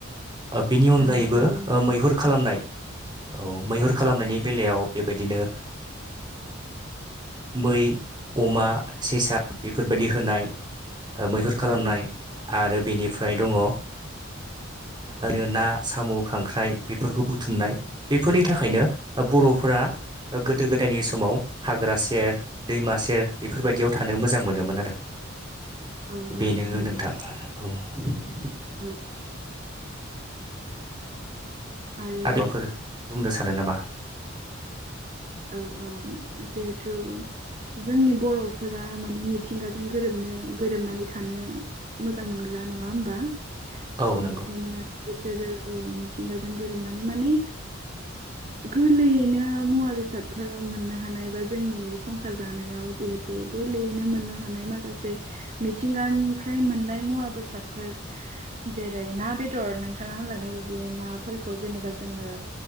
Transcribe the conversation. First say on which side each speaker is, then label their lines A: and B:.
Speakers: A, on the right (about 25°); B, on the right (about 40°).
A: बिनि अनगायैबो‌
B: औ नंगौ
A: ओ
B: नोंथां
A: मैहुर खालामनाय औ मैहुर खालामनायनि बेलायाव बेबायदिनो मै अमा सेसा बेफोरबायदि होनाय मैहुर खालामनाय
B: औ
A: आरो बेनिफ्राय दङ ओरैनो ना साम' खांख्राइ बेफोरखौ बुथुमनाय बेफोरनि थाखायनो बर'फोरा गोदो गोदायनि समाव हाग्रा सेर दैमा सेर बेफोरबायदियाव थानो मोजां मोनोमोन आरो
B: औ औ
A: बेनो
B: नंगौ
A: नोंथां औ
B: औ आरो
A: <unintelligible> बुंनो सानो नामा
B: औ औ जिहेथु जोंनि बर'फोरा माने मिथिंगाजों गोरोबनो गोरोबनानै थानो मोजां मोनग्रा नङा होमबा
A: औ
B: बेनिखायनो
A: नंगौ
B: बिसोरो औ मिथिंगाजों गोरोमनानै माने गोरलैयैनो मुवा बेसाद बेसादफोर मोननो हानाय बा जोंनि संसार जानायाव जिहेथु गोरलैयैनो मोननो हानाय माखासे मिथिंगानिफ्राय मोननाय मुवा बेसादफोर जेरै ना बेदर नोंथाङा होनलांनाय बायदि नाफोरखौ जेनेबा जोङो